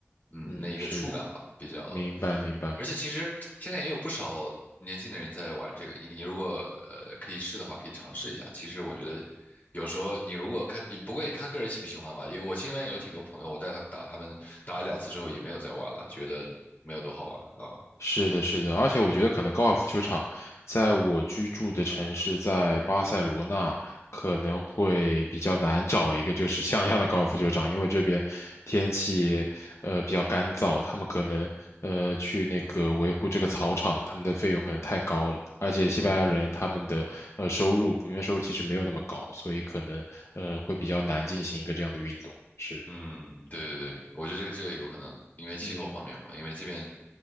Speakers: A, on the left; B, on the left.
A: 嗯那一个触感吧，
B: 嗯，是，
A: 比较。
B: 明白明白。
A: 而且其实现在也有不少年轻的人在玩这个，你你如果呃可以试的话，可以尝试一下。其实我觉得有时候你如果看你不过也看个人喜不喜欢吧，因为我身边有挺多朋友，我带他们打，他们打了两次之后也没有再玩了，觉得没有多好玩啊。
B: 是的，是的，而且我觉得可能高尔夫球场在我居住的城市，在巴塞罗那可能会比较难找一个就是像样的高尔夫球场，因为这边天气呃比较干燥，他们可能呃去那个维护这个草场，
A: 嗯
B: 他们的费用可能太高了，而且西班牙人他们的呃收入普遍收入其实没有那么高，
A: 嗯。
B: 所以可能呃会比较难进行一个这样的运动。是，
A: 嗯，对对对，我觉得这个这个有可能，因为气候方面嘛，
B: 嗯
A: 因为这边